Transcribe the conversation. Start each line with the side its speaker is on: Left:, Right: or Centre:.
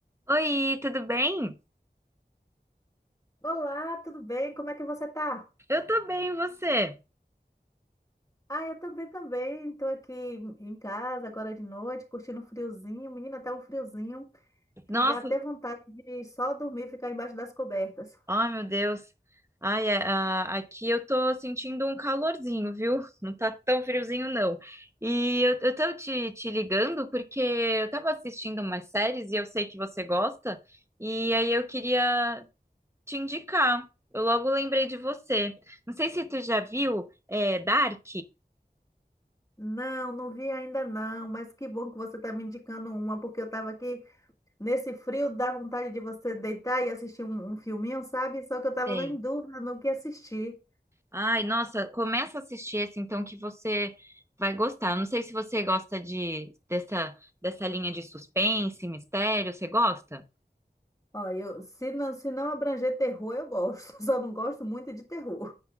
Right: Oi, tudo bem?
Left: Olá, tudo bem? Como é que você tá?
Right: Eu tô bem, e você?
Left: Ah, eu também, também. Estou aqui em em casa agora de noite, curtindo um friozinho. Menina, tá um friozinho
Right: Nossa,
Left: que dá até vontade de só dormir e ficar embaixo das cobertas.
Right: ai meu Deus. Ai, é, ah, aqui eu tô sentindo um calorzinho, viu? Não tá tão friozinho, não. E eu, eu tô te, te ligando porque eu tava assistindo umas séries e eu sei que você gosta, e aí eu queria te indicar. Eu logo lembrei de você. Não sei se tu já viu, é, Dark.
Left: Não, não vi ainda não, mas que bom que você está me indicando uma, porque eu estava aqui nesse frio, dá vontade de você deitar e assistir um, um filminho, sabe? Só que eu estava
Right: Sei.
Left: em dúvida no que assistir.
Right: Ai, nossa, começa a assistir esse então que você vai gostar. Eu Não sei se você gosta de dessa dessa linha de suspense, mistério, você gosta?
Left: Ó, eu, se não, se não abranger terror, eu gosto. <laughs> Só não gosto muito de terror.